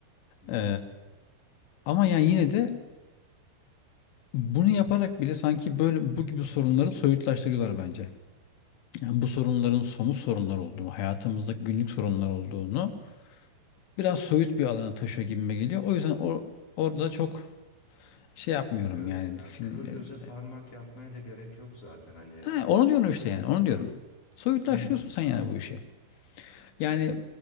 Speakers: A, on the left; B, on the left.
A: Hmm.
B: E, ama yani yine de bunu yaparak bile sanki böyle bu gibi sorunları soyutlaştırıyorlar bence. Yani bu sorunların somut sorunlar olduğunu, hayatımızda günlük sorunlar olduğunu biraz soyut bir alana taşıyor gibime geliyor. O yüzden or- orada çok şey yapmıyorum
A: Bilemiyorum
B: yani
A: ya.
B: filmlerin.
A: Kör göze parmak yapmaya da gerek yok zaten hani.
B: He, onu diyorum işte yani onu diyorum. Soyutlaştırıyorsun
A: Hmm.
B: sen yani bu işi. Yani